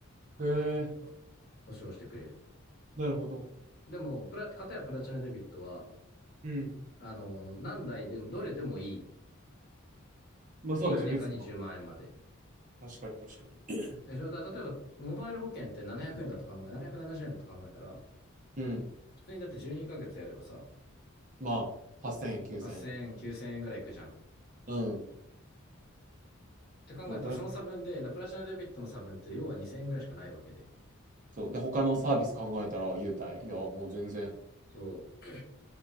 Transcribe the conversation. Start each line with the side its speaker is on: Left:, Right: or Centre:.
Right: へえ、
Left: 保証してくれる。
Right: なるほど。
Left: でも、プラ、片やプラチナデビットは、
Right: うん。
Left: あの、何台でも、どれでもいい。
Right: まあそうだね、
Left: で、1年間に10万円まんえんまで。
Right: 別に。確かに、確かに。
Left: え、じゃあ、だ例えば、モバイル保険って700円だと考え、770円だと考えたら、
Right: うん。
Left: 普通にだって12ヶ月やればさ、
Right: まあ、8000円、9000う
Left: 8000円、9000円ぐらいいくじゃん。っ
Right: せんえん。うん
Left: て考えたら、
Right: とプラス
Left: その差分で、だからプラチナデビットの差分って要は2000円ぐらいしかないわけで。
Right: そう。で、他のサービス考えたら、優待。いや、もう全然、
Left: そう。